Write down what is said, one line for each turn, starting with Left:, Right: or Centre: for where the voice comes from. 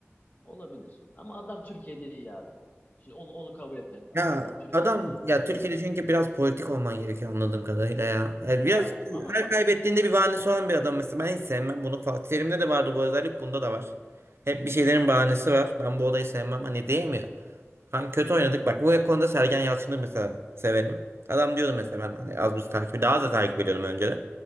Left: Olabilir. Ama adam Türkiye'de iyi abi. Şimdi onu onu kabul etmek lazım.
Right: Ya
Left: Adam Türkiye'de
Right: adam
Left: iyi.
Right: ya Türkiye'de
Left: Hani bu-
Right: çünkü biraz politik olman gerekiyor anladığım kadarıyla ya. Ya biraz
Left: ya ama
Right: her
Left: ama
Right: kaybettiğinde
Left: Şşş.
Right: bir bahanesi olan bir adam mesela. Ben hiç sevmem bunu. Fatih Terim'de de vardı bu özellik. Bunda da var. Hep bir şeylerin
Left: Hı,
Right: bahanesi var. Ben bu odayı sevmem. Hani diyemiyor. Hani kötü oynadık. Bak bu konuda Sergen Yalçın'ı mesela severim. Adam diyordu mesela
Left: hı,
Right: ben hani az buz takibi daha da takip ediyordum önceden.